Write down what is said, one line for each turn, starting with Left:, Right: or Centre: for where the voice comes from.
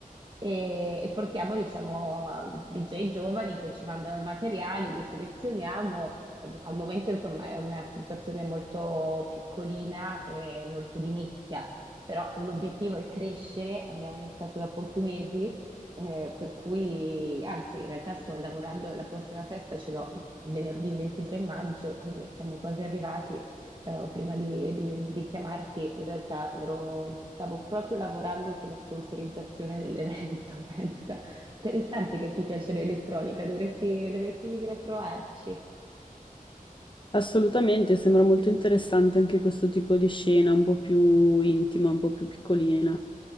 Right: e, e portiamo, diciamo, a DJ giovani che ci mandano il materiale, li selezioniamo. Eh, Al momento, insomma, è una situazione molto piccolina e molto di nicchia, però l'obiettivo è crescere, abbiamo iniziato da pochi mesi, eh, per cui, anzi, in realtà sto lavorando, la prossima festa ce l'ho venerdì 23 maggio, quindi siamo quasi arrivati eh, o prima di, di- di chiamarti, in realtà ero, stavo proprio lavorando sulla sponsorizzazione dell'evento, <laughs> pensa. Interessante che ti piace l'elettronica, dovresti, dovresti venire a trovarci.
Left: Assolutamente, sembra molto interessante anche questo tipo di scena, un po' più intima, un po' più piccolina.